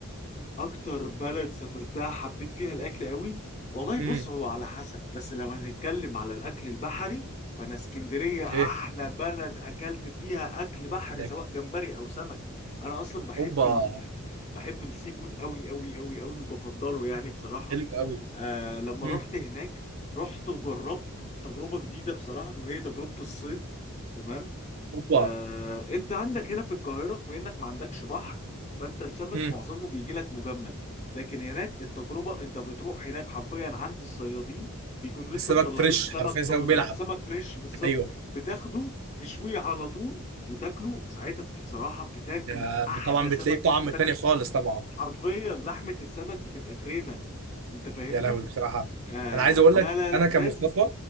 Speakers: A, on the left; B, on the right.
A: اكتر بلد سافرتها حبيت فيها الاكل قوي والله
B: امم
A: بص هو على حسب بس لو هنتكلم على الاكل البحري فانا اسكندريه
B: اوكي
A: احلى بلد اكلت فيها اكل بحري
B: ده
A: سواء
B: ك-
A: جمبري او سمك انا اصلا بحب
B: اوبا
A: ال... بحب السي فود قوي قوي قوي قوي وبفضله يعني بصراحه
B: حلو قوي
A: آه لما
B: امم
A: رحت هناك رحت وجربت تجربه جديده بصراحه وهي تجربه الصيد تمام
B: اوبا
A: آه، انت عندك هنا في القاهره بما انك ما عندكش بحر فانت السمك
B: امم
A: معظمه بيجي لك مجمد لكن هناك التجربه انت بتروح هناك حرفيا عند الصيادين بيكونوا لسه
B: السمك
A: مطلعين
B: فريش
A: السمك
B: حرفيا
A: طازه
B: سمك بيلعب
A: سمك فريش بالظبط
B: ايوه
A: بتاخده تشويه على طول وتاكله ساعتها بصراحه بتاكل
B: ده
A: احلى
B: طبعا
A: سمك
B: بتلاقيه طعم
A: ممكن تاكل
B: تاني خالص طبعا
A: حرفيا لحمه السمك بتبقى كريمه انت فاهمني
B: يا لهوي بصراحه
A: آه
B: انا عايز اقول
A: لا
B: لك
A: لا لا
B: انا كمصطفى
A: لازم ت...